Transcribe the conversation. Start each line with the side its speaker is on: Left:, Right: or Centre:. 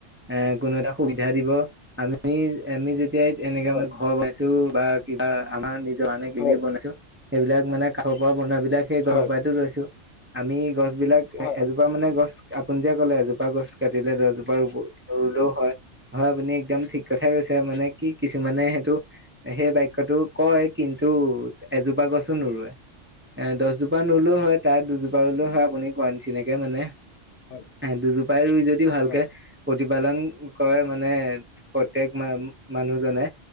Right: এ কোনো এটা সুবিধা দিব আমি আমি যেতিয়াই এনেকাে
Left: হয়
Right: মানে। ছো বা কিবা আমাৰ নিজৰ কাৰে কিবি
Left: হয়
Right: বনাইছো। সেইবিলাক মানে খাৰ পৰা বনোৱা বি বিলাক সেই ঘৰৰ
Left: হয়
Right: পৰাইতো লৈছো আমি গছ বিলাক
Left: হয়
Right: এ এজোপা মানে গছ আপুনি যে ক'লে এজোপা গছ কাটিলে দশ জোপা ৰুলেও হয়। হয় আপুনি একদম ঠিক কথাই কৈছে। মানে কিছুমানে তু সেই বাক্যতো কয় কিন্তু এজোপা গছো নৰুৱে। এ দহজোপা নৰুলেও হয় তাত দুজোপা ৰুলেও হয় আপুনি কোৱা নিচিনাকে মানে।
Left: হয়
Right: দুজোপাই ৰুই যদি ভালকে
Left: হয়
Right: প্ৰতি। পালন কৰে মানে, প্ৰত্যেক মানুহজনে।